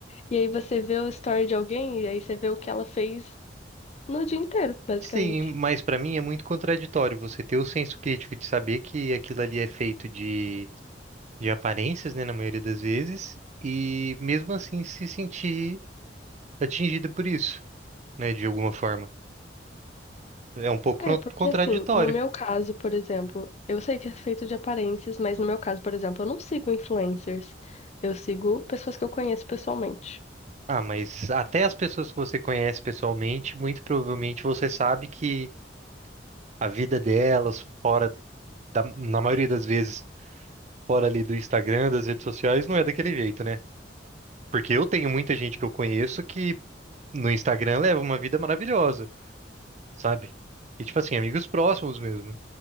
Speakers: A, on the left (about 35°); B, on the right (about 40°).
A: e aí você vê o story de alguém e aí você vê o que ela fez no dia inteiro, basicamente.
B: Sim, mas pra mim é muito contraditório você ter o senso crítico de saber que aquilo ali é feito de de aparências, né, na maioria das vezes, e mesmo assim se sentir atingida por isso, né, de alguma forma. É um pouco
A: É,
B: cron-
A: porque
B: contraditório.
A: assim, no meu caso, por exemplo, eu sei que é feito de aparências, mas no meu caso, por exemplo, eu não sigo influencers. Eu sigo pessoas que eu conheço pessoalmente.
B: Ah, mas até as pessoas que você conhece pessoalmente, muito provavelmente você sabe que a vida delas, fora da, na maioria das vezes, fora ali do Instagram, das redes sociais, não é daquele jeito, né? Porque eu tenho muita gente que eu conheço que no Instagram leva uma vida maravilhosa. sabe? E tipo assim, amigos próximos mesmo,